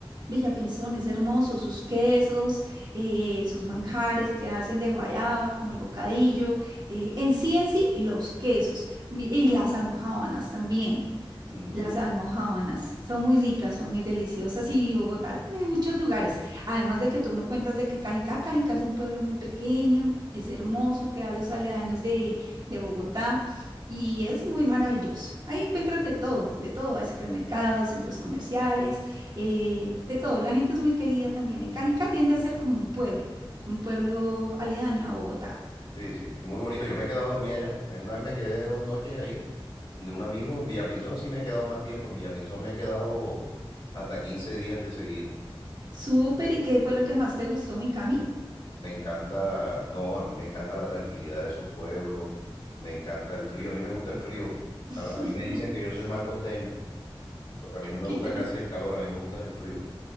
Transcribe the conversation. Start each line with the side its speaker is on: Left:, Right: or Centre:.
Right: Villapinzón es hermoso, sus quesos, eh, sus manjares que hacen de guayaba, como el bocadillo, eh, en sí, en sí, los quesos vi- y las almojábanas también.
Left: Mm,
Right: Las
Left: Sí,
Right: almojábanas son muy ricas, son muy deliciosas y Bogotá tiene muchos lugares. Además de que tú me cuentas de que Cajicá, Cajicá es un pueblo muy pequeño, es hermoso, queda a los aledaños de, de Bogotá y es muy maravilloso. Ahí encuentras de todo, de todo. Hay supermercados, centros comerciales, eh, de todo. La gente es muy querida también. En Cajicá tiende a ser como un pueblo, un pueblo aledaño a Bogotá.
Left: sí, sí, es muy bonito. Yo me he quedado dormida allá. Me- Una vez me quedé dos noches ahí, de un amigo. En Villapinzón sí me he quedado más tiempo. En Villapinzón me he quedado hasta 15 días de seguido.
Right: Súper, ¿y qué fue lo que más te gustó, mi Cami?
Left: Me encanta, no, a mí me encanta la tranquilidad de esos pueblos. Me encanta el frío. A mí me gusta el frío.
Right: <laughs>
Left: A, a mí me dicen que yo soy mal costeño, porque a mí no me
Right: Claro.
Left: gusta casi el calor, a mí me gusta el frío.